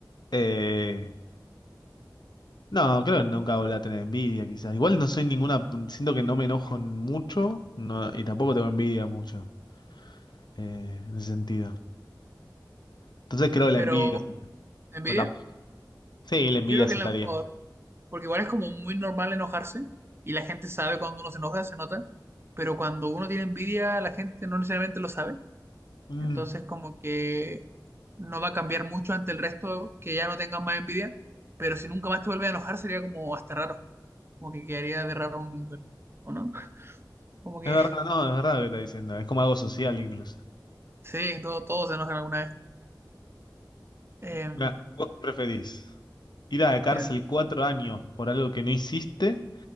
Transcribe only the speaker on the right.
Pero,
¿envidia?
Yo creo que
es la mejor, porque igual es como muy normal enojarse y la gente sabe cuando uno se enoja, se nota, pero cuando uno tiene envidia, la gente no necesariamente lo sabe
Entonces, como que no va a cambiar mucho ante el resto que ya no tengas más envidia, pero si nunca más te vuelve a enojar sería como hasta raro, como que quedaría de raro un nivel, ¿o no? Como que
<laughs>
sí, todo, todos se enojan alguna vez. Eh,
dime,